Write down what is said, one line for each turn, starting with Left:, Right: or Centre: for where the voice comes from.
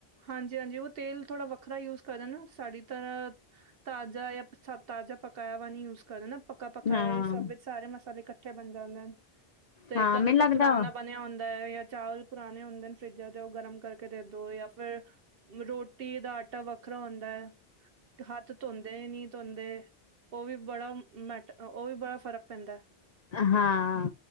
Right: ਹਾਂਜੀ- ਹਾਂਜੀ, ਓ ਤੇਲ ਥੋੜ੍ਹਾ ਵੱਖਰਾ ਯੂਜ ਕਰਨ ਨਾ ਸਾਡੀ ਤਰ੍ਹਾਂ ਤਾਜ਼ਾ ਜਾਂ ਤਾਜ਼ਾ ਪਕਾਏਆ ਵਾ ਨੀ ਯੂ ਕਰਨ ਨਾ ਪੱਕਾ, ਪੱਕਾ
Left: ਹਾਂ
Right: ਐ, ਸਬ ਵਿੱਚ ਸਾਰੇ ਮਸਾਲੇ ਇਕੱਠੇ ਬਣ ਜਾਂਦੇ ਨ। ਤੇ
Left: ਹਾਂ
Right: ਕਦੇੋਂ
Left: ਮੈਨੂੰ
Right: ਤਾਂ
Left: ਲੱਗਦਾ
Right: ਪੁਰਾਨਾ
Left: ਵਾ
Right: ਬਨੇਆ ਹੁੰਦਾ, ਯਾ ਚਾਵਲ ਪੁਰਾਣੇ ਹੁੰਦੇ ਨੇ, ਫਰਿੱਜਾਂ 'ਚੋ ਗਰਮ ਕਰਕੇ ਦੇ, ਦੋ ਯਾ ਫੇਰ, ਰੋਟੀ ਦਾ ਆਟਾ ਵੱਖਰਾ ਹੁੰਦਾ। ਹੱਥ ਧੋਂਦੇ ਨੀਂ ਧੋਂਦੇ, ਓ ਵੀ ਬੜਾ ਮੈਟਰ ਓ ਵੀ, ਬੜਾ ਫ਼ਰਕ ਪੈਂਦਾ
Left: ਹਾਂ।